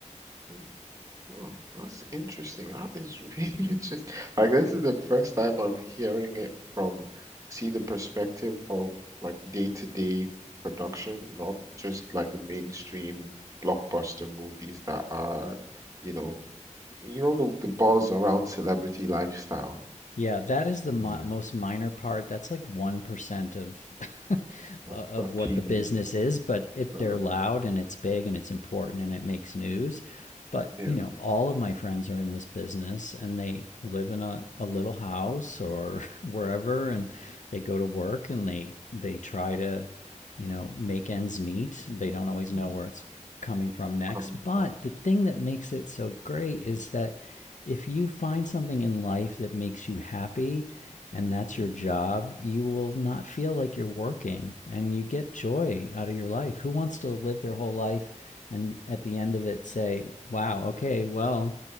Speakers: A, on the right (about 25°); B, on the left (about 75°).
A: Mm. Wow, that's interesting. That is really <laughs> interesting. Like this is the first time I'm hearing it from, see the perspective of like day-to-day production, not just like the mainstream blockbuster movies that are, you know, you know the the buzz around celebrity lifestyle,
B: Yeah, that is the mi-
A: you know,
B: most minor part. That's like one percent of <laughs> of
A: of, of
B: what
A: TV.
B: the business is, but it
A: Oh,
B: they're loud and it's big and it's important and it makes news. But
A: yeah,
B: you know, all of my friends are in this business and they live in a, a little house or <laughs> wherever, and they go to work and they they try to you know, make ends meet. They don't always
A: yeah,
B: know where it's coming from next.
A: coming
B: But
A: from.
B: the thing that makes it so great is that if you find something in life that makes you happy and that's
A: mm-hmm.
B: your job, you will not feel like you're working and you get joy out of your life. Who wants to live their whole life and at the end of it say, wow, okay, well,